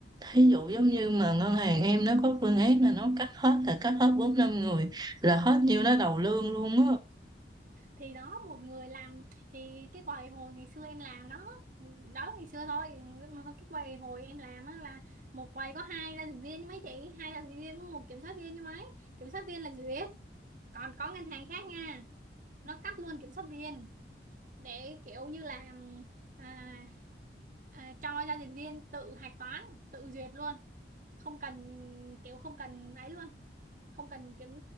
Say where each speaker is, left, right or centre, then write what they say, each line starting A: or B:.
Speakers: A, on the right (about 25°); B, on the right (about 45°).
A: Ví dụ giống như mà ngân hàng em nó có phương án là nó cắt hết là cắt hết bốn năm người là hết nhiêu đó đầu lương luôn á.
B: thì đó một người làm thì cái quầy hồi ngày xưa em làm đó đó ngày xưa thôi mà cái quầy hồi em làm á là một quầy có hai giao dịch viên chứ mấy chị hai giao dịch viên với một kiểm soát viên chứ mấy kiểm soát viên là duyệt còn có ngân hàng khác nha nó cắt luôn kiểm soát viên để kiểu như là à, à, cho giao dịch viên tự hạch toán tự duyệt luôn không cần kiểu không cần ấy luôn không cần kiểm